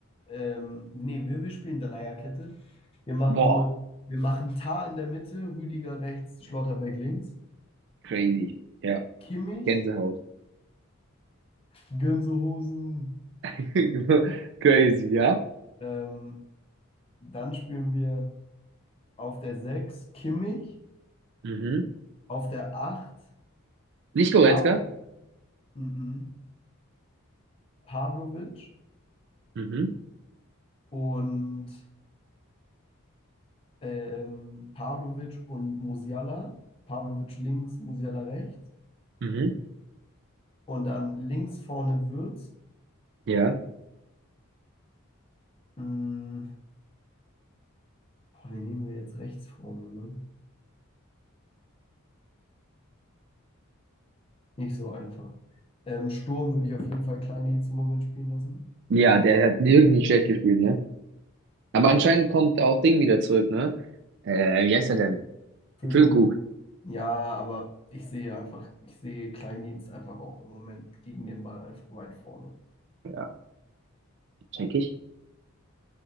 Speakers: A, on the left; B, on the right.
A: ähm, nee, wir, wir spielen Dreierkette. Wir machen,
B: Boah,
A: ne- wir machen Tah in der Mitte, Rüdiger rechts, Schlotterbeck links,
B: crazy. Ja,
A: Kimmich,
B: Gänsehaut.
A: Gönsehosen.
B: <laughs> Crazy, ja?
A: Ähm, dann spielen wir auf der 6 Kimmich,
B: Mhm.
A: auf der 8
B: Nicht Goretzka?
A: Pavlo, mhm, Pavlovic
B: Mhm.
A: und ähm, Pavlovic und Musiala. Pavlovic links, Musiala rechts.
B: Mhm.
A: Und dann links vorne Wirtz
B: Ja.
A: Mm, boah, wen nehmen wir jetzt rechts vorne, ne? Nicht so einfach. Ähm, Sturm würde ich auf jeden Fall Kleindienst im Moment spielen lassen.
B: Ja, der hat wirklich nicht schlecht gespielt, ne? Aber
A: Ja,
B: anscheinend kommt auch Ding wieder zurück, ne? Äh, wie heißt er denn?
A: Füllkrug.
B: Füllkrug.
A: Ja, aber ich sehe einfach, ich sehe Kleindienst einfach auch im Moment gegen den Ball einfach weit vorne.
B: Ja, check ich.